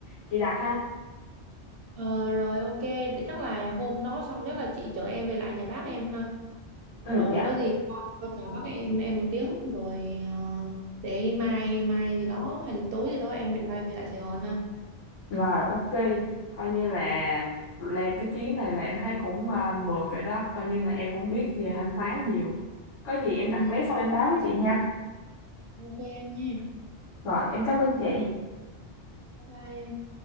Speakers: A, on the left (about 85°); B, on the right (about 60°).
A: chị đặt ha.
B: Ờ, rồi ok, để chắc là hôm đó xong chắc là chị chở em về lại nhà bác em ha.
A: Ừ
B: Rồi
A: dạ.
B: có gì qua, qua chào bác em em một tiếng rồi ờ, để mai mai gì đó hay là tối gì đó em em bay về lại Sài Gòn ha.
A: Rồi ok, coi như là lên cái chuyến này là em thấy cũng à, mượt rồi đó, coi như là em cũng biết về Thanh Hóa nhiều. Có gì em đặt
B: Ừ,
A: vé xong em báo với chị nha.
B: ok em nha.
A: Rồi, em cảm ơn chị.
B: Bye bye em.